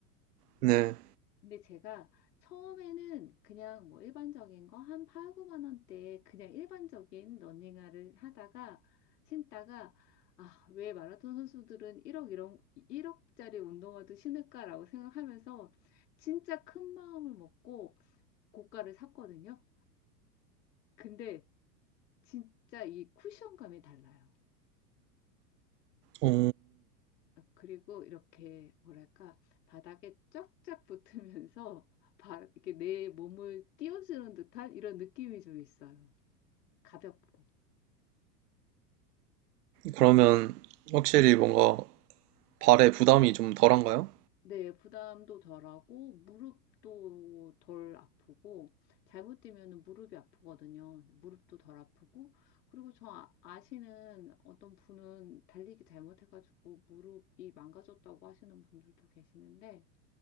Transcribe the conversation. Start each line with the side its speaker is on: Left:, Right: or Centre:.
Right: 네.
Left: 근데 제가 처음에는 그냥 뭐 일반적인 거 한 8, 9만 원대에 그냥 일반적인 러닝화를 하다가 신다가 아, 왜 마라톤 선수들은 1억 이런 1억짜리 운동화도 신을까라고 생각하면서 진짜 큰 마음을 먹고 고가를 샀거든요. 근데 진짜 이 쿠션감이 달라요.
Right: 어
Left: 어, 그리고 이렇게 뭐랄까 바닥에 쫙쫙 붙으면서 <laughs> 바, 이렇게 내 몸을 띄워주는 듯한 이런 느낌이 좀 있어요. 가볍고.
Right: 그러면 확실히 뭔가 발에 부담이 좀 덜한가요?
Left: 네, 부담도 덜하고 무릎도 덜 아프고 잘못 뛰면 무릎이 아프거든요. 무릎도 덜 아프고 그리고 저 아- 아시는 어떤 분은 달리기 잘못해가지고 무릎이 망가졌다고 하시는 분들도 계시는데